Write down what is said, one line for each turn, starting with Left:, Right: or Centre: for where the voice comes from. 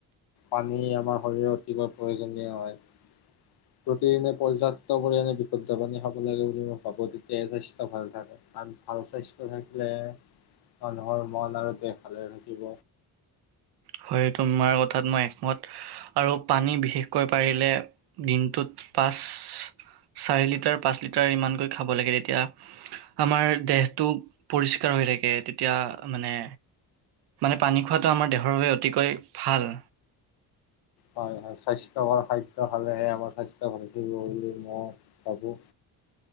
Left: পানী আমাৰ শৰীৰে অতিকৈ প্ৰয়োজনীয় হয় <unintelligible> প্ৰতিদিনে পৰ্যাপ্ত পৰিমাণে বিশুদ্ধ পানী খাব লাগিব <unintelligible> ই পাব তেতিয়া আ স ভাল থাকে কাৰ ভাল স্বাস্থ্য থাকিলে <unintelligible> হয় হয় মন আৰু তে ভালে থাকিব
Right: হয় তোমাৰ কথাত মই একমত আৰু পানী বিশেষকৈ পাৰিলে দিনটোত পাঁচ চাৰি লিটাৰ পাঁচ লিটাৰ ইমানকৈ খাব লাগে তেতিয়া আমাৰ দেহটো পৰিষ্কাৰ হৈ থাকে তেতিয়া মানে মানে পানী খোৱাটো আমাৰ দেহৰ বাবে অতিকৈ ভাল।
Left: হয়, হয় স্বাস্থ্যকৰ খাদ্য খালেহে আমাৰ স্বাস্থ্য ভাল ফব বুলি মই ভাবো,